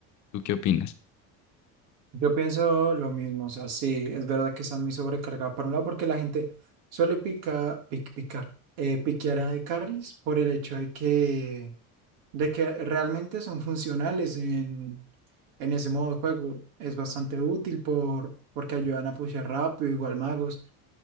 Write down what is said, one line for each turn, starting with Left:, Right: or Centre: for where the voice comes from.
Left: ¿Tú qué opinas?
Right: Yo pienso lo mismo, o sea, sí, es verdad que está muy sobrecargada por un lado porque la gente suele pica, pic- picar, eh, piquear a de carries por el hecho de que, de que realmente son funcionales en, en ese modo de juego. Es bastante útil por, porque ayudan a pushear rápido, igual magos.